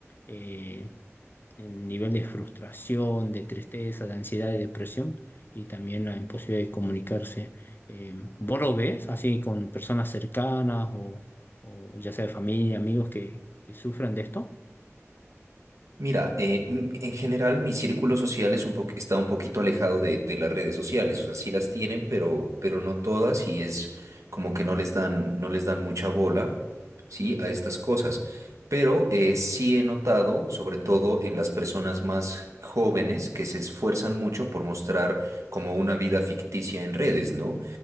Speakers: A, on the left; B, on the right.
A: eh, el nivel de frustración, de tristeza, de ansiedad, de depresión y también la imposibilidad de comunicarse. Eh, ¿vos lo ves así con personas cercanas o, o ya sea de familia, amigos que, que sufran de esto?
B: Mira, eh, m- en general mi círculo social es un po- está un poquito alejado de, de las redes sociales, o sea, sí las tienen, pero, pero no todas y es como que no les dan, no les dan mucha bola, ¿sí? A estas cosas. Pero eh, sí he notado, sobre todo en las personas más jóvenes, que se esfuerzan mucho por mostrar como una vida ficticia en redes, ¿no?